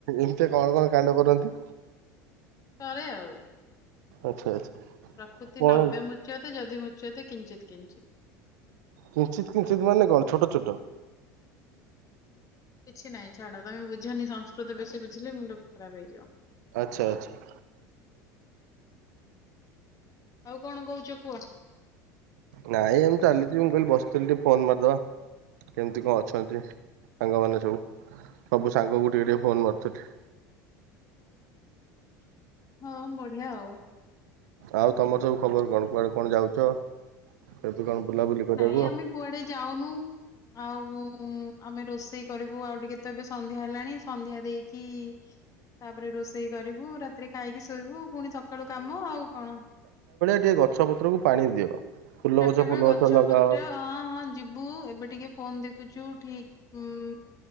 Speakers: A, on the right; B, on the left.
A: ଏନ୍ତିଆ କଣ କଣ କାଣ୍ଡ କରନ୍ତି?
B: କରେ ଆଉ।
A: ଆଚ୍ଛା ଆଚ୍ଛା।
B: ପ୍ରକୃତି
A: କଣ
B: ନଵ୍ୟ ମୁଚ୍ୟତେ ଯଦି ମୁଚ୍ୟତେ କିଞ୍ଚିତ୍ କିଞ୍ଚିତ୍।
A: କିଞ୍ଚିତ କିଞ୍ଚିତ ମାନେ କଣ ଛୋଟ ଛୋଟ।
B: କିଛି ନାହିଁ ଛାଡ ତମେ ବୁଝନି ସଂସ୍କୃତ ବେଶୀ ବୁଝିଲେ ମୁଣ୍ଡ ଖରାପ ହେଇଯିବ।
A: ଆଚ୍ଛା ଆଚ୍ଛା।
B: ଆଉ କଣ କହୁଛ କୁହ?
A: ନାଇଁ ଏମିତି ଚାଲିଛି ମୁଁ କହିଲି ବସିଥିଲି ଟିକେ ଫୋନ ମାରିଦବା। କେମିତି କଣ ଅଛନ୍ତି ସାଙ୍ଗମାନେ ସବୁ। ସବୁ ସାଙ୍ଗକୁ ଟିକେ ଟିକେ ଫୋନ ମାରୁଥିଲି।
B: <inaudible> ହଁ ବଢିଆ ଆଉ।
A: ଆଉ ତମର ସବୁ ଖବର କଣ କୁଆଡେ କଣ ଯାଉଛ। କେବେ କଣ ବୁଲାବୁଲି କରିବାକୁ
B: ନାଇଁ ଆମେ କୁଆଡେ ଯାଉନୁ ଆଉ। ହୁଁ ଆମେ ରୋଷେଇ କରିବୁ ଆଉ ଟିକେ ତ ଏବେ ସନ୍ଧ୍ୟା ହେଲାଣି ସନ୍ଧ୍ୟା ଦେଇକି। ତାପରେ ରୋଷେଇ କରିବୁ ରାତିରେ ଖାଇକି ଶୋଇବୁ ପୁଣି ସକାଳୁ କାମ ଆଉ କଣ।
A: ଗୋଟିଏ ଗଛପତ୍ରକୁୁ ପାଣି ଦିଅ। ଫୁଲ
B: ଚାରିଟା ବେଳେ
A: ଫୁଲ
B: ଗଛ
A: ଲଗାଅ
B: ପତ୍ର ହଁ ହଁ ଯିବୁ ଏବେ ଟିକେ ଫୋନ ଦେଖୁ। ଛୁ ଠିକ ହୁଁ।